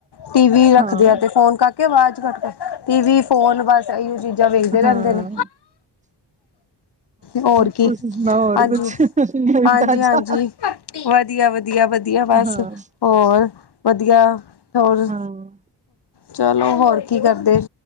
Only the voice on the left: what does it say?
ਟੀ ਵੀ ਰੱਖਦੇ
ਆ, ਤੇ ਫੋਨ ਕਾਕੇ ਆਵਾਜ਼ ਕਾੱਟ ਕਾੱਰ ਫੋਨ ਬਾੱਸ ਐਈਓ ਚੀਜ਼ਾਂ ਵੇਖਦੇ ਰੈਂਦੇ
ਨੇ, ਹੋਰ ਕੀ
ਹਾਂਜੀ,
ਹਾਂਜੀ,
ਹਾਂਜੀ। ਵਦੀਆ, ਵਦੀਆ, ਵਦੀਆ ਬਾੱਸ
ਹੋਰ ਵਦੀਆ ਹੋਰ
ਚਲੋ ਹੋਰ ਕੀ ਕਰਦੇ,